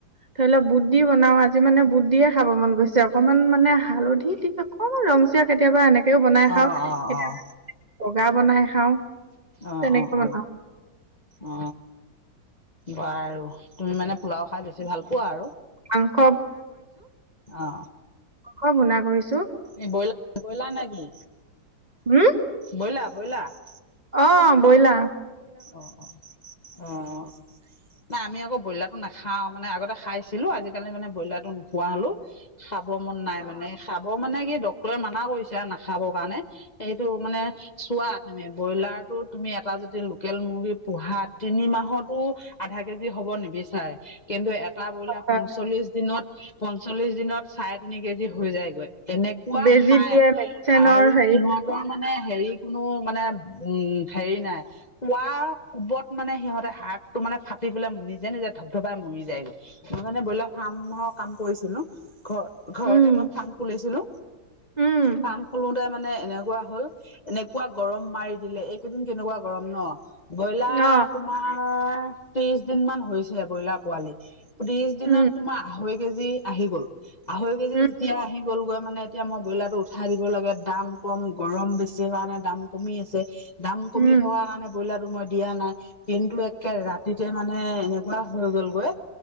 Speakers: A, on the right (about 25°); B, on the left (about 25°).
A: ধৰি লওক বুট-। দি বনাওঁ আজি মানে বুট দিয়ে খাব মন গৈছে। অকণমান মানে হালধি দি অকণমান ৰংচীয়া কেতিয়াবা এনেকে-। তেওঁ ও বনাই খাওঁ
B: অঁ অঁ
A: কেতিয়াবা
B: অঁ
A: বগা বনাই খাওঁ।
B: অ
A: তেনেকে
B: অ
A: বনাও
B: অ অ ব আৰু তুমি মানে। পোলাও খাই বেছি ভাল পোৱা আৰু
A: মাংস
B: অ।
A: অ শুনা কৰিছোঁ।
B: এই ব্ৰইলাৰ ব্ৰইলাৰ নে কি
A: হম
B: ব্ৰইলাৰ ব্ৰইলাৰ।
A: অ বইলা।
B: অ অ অ। নাই আমি আকৌ ব্ৰইলাৰতটো নাখাওঁ মানে আগতে খাইছিলো আজিকালি মানে ব্ৰইলাৰটো নোপোৱা হলো। খাব মন নাই মানে খাব মানে কি ডক্তৰে মানা কৰিছে আৰু নাখাবৰ কাৰণে। এইটো মানে চোৱা তুমি ব্ৰইলাৰ তটো তুমি এটা যদি। লোকেল মুৰ্গী পোহা তিনি মাহতো আধা কেজি হ'ব নিবিচাৰে। কিন্তু এটা বইলা
A: অ
B: পঞ্চল্লিশ দিনত। পঞ্চল্লিশ দিনত চাৰে তিনি কেজি হৈ যায়গৈ এনেক। খোৱা
A: বেজি
B: খাই
A: দিয়ে মেডিচেনৰ
B: আৰু
A: হেৰি
B: সিহঁত। ত মানে হেৰি কোনো মানে উম হেৰি নাই। কোৱা কোবত মানে সিহঁতে হাৰটো মানে ফাটি পেলাই মৰি যায় নিজ ধপ ধপাই মৰি যায় গ'ল। মই মানে ব্ৰইলাৰ ফাৰ্মৰ কাম কৰিছিলোঁ ঘৰ। ঘৰতে
A: উম
B: মই ফাৰ্ম খুলিছিলো
A: উম
B: ফাৰ্ম খ। মানে এনেকুৱা হ'ল এনেকুৱা গৰম মাৰি দিলে এইকেইদিন কেনেকুৱা গৰম ন। ব্ৰইলাৰ
A: অ
B: তোমাৰ ত্ৰিশ দিন মান হৈছে ব্ৰইলাৰ পোৱালি। ত্ৰিশ দিনত
A: উম
B: তোমাৰ আঢ়ৈ কেজি আহি গ'ল আঢ়ৈ কেজি
A: উম
B: যেতিয়া আহি গ'ল গৈ মানে। এতিয়া মই ব্ৰইলাৰ টো উঠাই দিব লাগে দাম কম গৰম বেছি কাৰণে দাম কমি আছে। দাম কমি
A: উম
B: থকাৰ কাৰণে ব্ৰইলাৰো মই দিয়া নাই কিন্তু একে ৰাতিতে মানে এনে। হৈ গ'লগৈ